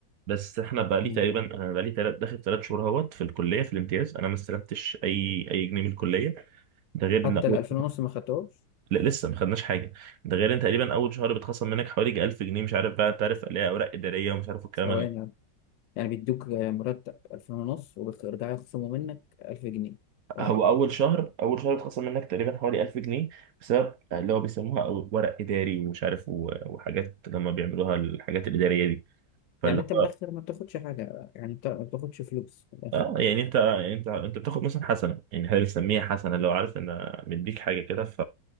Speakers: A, on the right (about 60°); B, on the left (about 80°).
A: بس احنا بقى لي
B: مم.
A: تقريبا انا بقى لي تلات داخل ثلاث شهور اهوت في الكليه في الامتياز انا ما استلمتش اي اي جنيه من الكليه ده غير
B: حتى
A: ان اول
B: ال 2000 ونص ما خدتهاش
A: لا لسه ما خدناش حاجه ده غير ان تقريبا اول شهر بتخصم منك حوالي 1000 جنيه مش عارف بقى تعرف الاقي اوراق اداريه ومش عارف الكلام
B: ثواني
A: ال-
B: يعني يعني بيدوك مرتب 2000 ونص وبيرجعوا يخصموا منك 1000 جنيه اه
A: هو اول شهر اول شهر بتخصم منك تقريبا حوالي 1000 جنيه بسبب اللي هو بيسموها أو- ورق اداري ومش عارف و- وحاجات لما بيعملوها الحاجات الاداريه دي فاللي
B: يعني انت
A: هو
B: من الاخر ما بتاخدش حاجه يعني انت ما بتاخدش فلوس من الاخر
A: اه يعني انت يعني انت انت بتاخد مثلا حسنه يعني احنا بنسميها حسنه لو عارف ان مديك حاجه كده